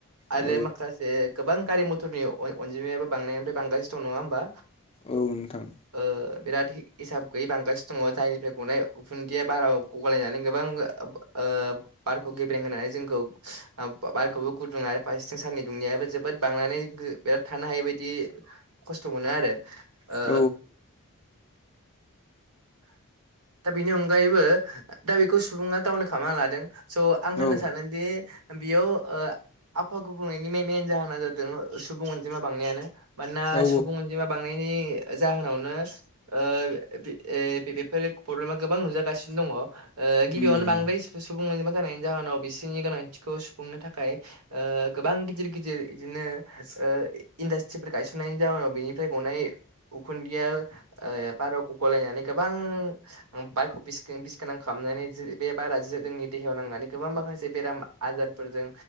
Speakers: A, on the right; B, on the left.
A: आरो
B: औ
A: माखासे गोबां गारि मथरनि अन-अनजिमायाबो बांनायनिफ्राय बांगासिनो दं नङा होमबा।
B: औ नोंथां
A: ओ बिराद हि-हिसाब गैयै बांगासिनो दङ जायनिफ्राय गनाय उखुन्दैया बाराव गलायनानै गोबां ओ बारखौ गेब्रें होनानै जोंखौ ओ बारखौबो गुदुं आरो फारसेथिं साननि दुंनाया जोबोद बांनानै <unintelligible> बिराद थानो हायै बायदि खस्थ' मोनो आरो। ओ
B: औ
A: दा बेनि अनगायैबो दा बेखौ सुबुङा गावनो खामनानै लादों स' आं होननो
B: औ
A: सानदोंदि बेयाव ओ आबहावा गुबुंनायनि मेेन मेन जाहोना जादों सुबुं अनजिमा बांनायानो। मानोना
B: औ
A: सुबुं अनजिमा बांनाय नि जाहोनावनो ओ ए बेफोर प्रब्लेमा गोबां नुजागासिनो दङ। गिबि
B: उम
A: यावनो बांद्राय सुबुं सुबुं अजिमा जानायनि जाहोनाव बिसोरनि गोनांथिखौ सुफुंनो थाखाय ओ गोबां गिदिर गिदिर बिदिनो ओ इंडस्ट्रीफोर गायसननायनि जाहोनाव बेनिफ्राय गनाय उखुन्दैया ओ ओ बारावखौ गलायनानै गोबां बारखौ बिस गोन बिस गोनां खालामनानै जे बे बारा जो-जोंनि देहायाव नांनानै गोबां माखासे बेराम आजारफोरजों